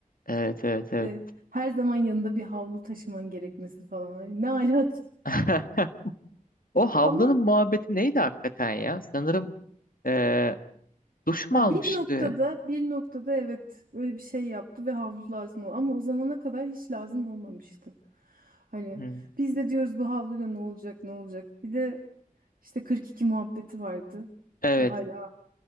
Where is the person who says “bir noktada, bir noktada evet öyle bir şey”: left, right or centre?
Right